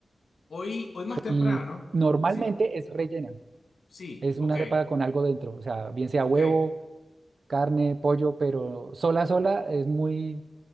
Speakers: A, on the left (about 80°); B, on the right (about 65°).
A: hoy, hoy más temprano,
B: Y normalmente
A: sí,
B: es rellena,
A: sí,
B: es
A: ok,
B: una arepa con algo dentro, o sea, bien sea
A: ok.
B: huevo carne, pollo, pero sola, sola es muy,